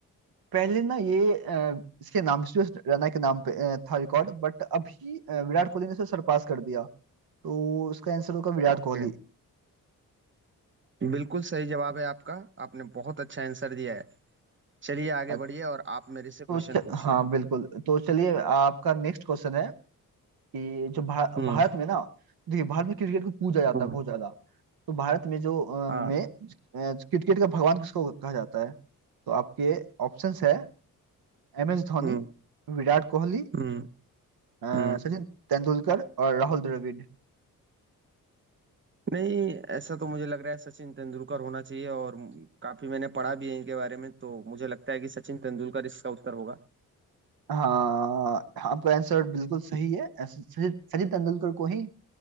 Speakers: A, on the right; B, on the right.
A: पहले ना ये अ, इसके नाम से रैना के नाम पे अ, था रिकॉर्ड बट अभी अ, विराट कोहली ने उसे सरपास कर दिया तो उसका आंसर होगा विराट
B: ओके
A: कोहली
B: बिल्कुल सही जवाब है आपका आपने बहुत अच्छा आंसर दिया है चलिए आगे
A: अ,
B: बढ़िए और आप मेरे से क्वेश्चन
A: तो च,
B: पूछिए
A: हाँ बिल्कुल तो चलिए आपका नेक्स्ट क्वेश्चन है कि जो भा, भारत
B: हम्म
A: में ना देखिए भारत में क्रिकेट को पूजा जाता
B: हम्म
A: है बहुत ज्यादा तो भारत में जो अ,
B: हाँ
A: में अ, क्रिकेट का भगवान किसको कहा जाता है तो आपके ऑप्शंस है एम एस धोनी
B: हम्म
A: विराट कोहली
B: हम्म
A: अ,
B: हम्म
A: सचिन तेंदुलकर और राहुल द्रविड़
B: नहीं ऐसा तो मुझे लग रहा है सचिन तेंदुलकर होना चाहिए और म- काफी मैंने पढ़ा भी है इनके बारे में तो मुझे लगता है कि सचिन तेंदुलकर इसका उत्तर होगा
A: हाँ आपका आंसर बिल्कुल सही है ऐसे- सचिन सचिन तेंदुलकर को ही